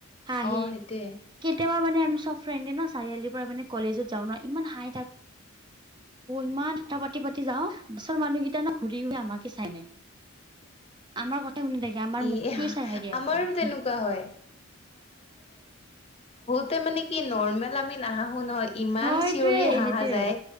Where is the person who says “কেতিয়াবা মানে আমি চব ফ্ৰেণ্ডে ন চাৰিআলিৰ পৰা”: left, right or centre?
Right